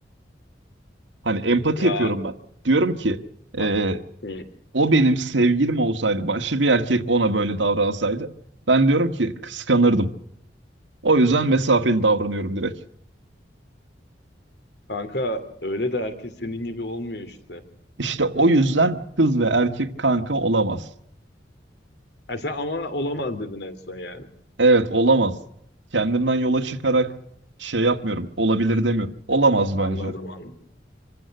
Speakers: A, on the right; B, on the left.
A: Hani empati
B: Ya
A: yapıyorum ben. Diyorum ki e,
B: bak, Hı.
A: o benim sevgilim olsaydı başka bir erkek ona böyle davransaydı ben diyorum ki kıskanırdım. O yüzden mesafeli davranıyorum direkt.
B: kanka öyle de herkes senin gibi olmuyor işte.
A: İşte o yüzden kız ve erkek kanka olamaz.
B: E sen ama olamaz dedin en son yani.
A: Evet olamaz. Kendimden yola çıkarak şey yapmıyorum. Olabilir demiyorum. Olamaz
B: Anladım
A: bence.
B: anladım.